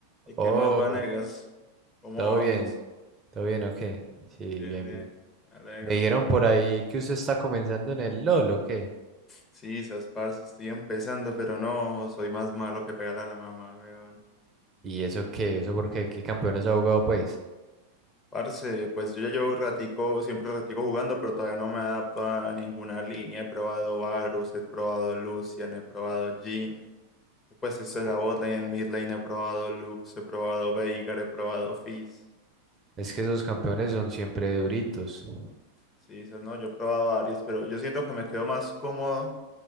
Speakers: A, on the left (about 20°); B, on the right (about 25°).
A: ¿Y qué
B: Oh,
A: más, Vanegas? ¿Cómo
B: todo
A: vamos?
B: bien, todo bien, ok. Sí,
A: Bien,
B: bien,
A: bien,
B: bien.
A: me alegro.
B: Me dijeron por ahí que usted está comenzando en el LOL, ¿o qué?
A: Sí, sas, parce, estoy empezando, pero no, soy más malo que pegarle a la mamá, weón.
B: ¿Y eso qué? ¿Eso por qué? ¿Qué campeones ha jugado, pues?
A: Parce, pues yo ya llevo ratico, siempre ratico jugando, pero todavía no me adapto a ninguna línea. He probado Varus, he probado Lucian, he probado Jhin. Y Pues esto es la
B: Oh,
A: botlane, en midlane he probado Lux, he probado Veigar, he probado Fizz.
B: Es que esos campeones son siempre duritos.
A: Sí, esas. no, yo he probado varios, pero yo siento que me quedo más cómodo